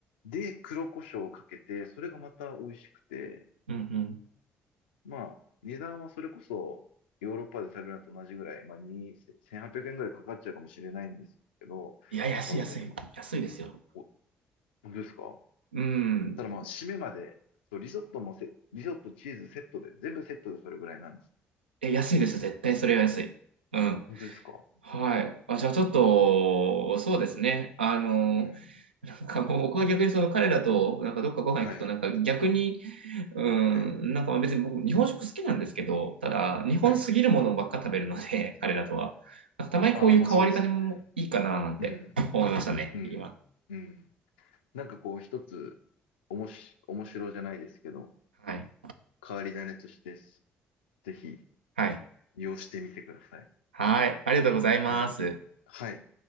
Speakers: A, on the left; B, on the right.
A: で、黒胡椒をかけて、それがまた美味しくて、
B: うん、うん。
A: まあ、値段はそれこそヨーロッパで食べるのと同じぐらい、まあ、2、1800円ぐらいかかっちゃうかもしれないんですけど、
B: いや、安い安い。
A: ただね、
B: 安いですよ。
A: お、本当ですか
B: うん。
A: ただまあ、締めまで、そう、リゾットもせ、リゾット、チーズセットで、全部セットでそれぐらいなんです。
B: いや、安いですよ。絶対それは安い。うん。
A: 本当ですか
B: はい。あ、じゃあちょっと、そうですね。あの、
A: うん。
B: なんかもう僕は逆にその彼らと、なんかどっかご飯行くと、
A: はい。
B: なんか逆に、う
A: はい。
B: ん、なんかまあ別に僕、日本食好きなんですけど、ただ、日本すぎるものばっか食べるので、
A: はい。
B: <laughs> 彼らとは。なんかたまにこういう変わり種もいいかな、
A: ああ、まあそうですよね。
B: なんて思いましたね、
A: うん。うん。
B: 今。
A: うん。なんかこう一つ、おもし、面白じゃないですけど、
B: はい。
A: 変わり種として、ぜひ
B: はい。
A: 利用してみてください。
B: はい。ありがとうございます。
A: はい。はい。